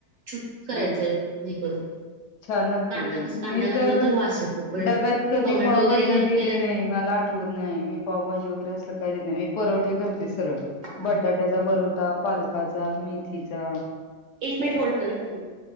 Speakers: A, on the right (about 65°); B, on the left (about 75°).
A: छुट करायचं
B: हं,
A: हे करून
B: छान लागतं
A: कांदा
B: ते,
A: कसा कांदा
B: मी
A: घातला
B: तर
A: वास येतो पण
B: डब्यात कधी
A: टोमॅटो
B: पावभाजी
A: वगैरे घालून
B: दिली
A: केलं ना
B: नाही मला वत नाही, मी पावभाजी वगैरे असल काय देत नाही, मी परवठे करते सरळ,
A: हा,
B: बटाट्याचा परो पालकाचा, मेथीचा,
A: एक मिनिट होल्ड कर पण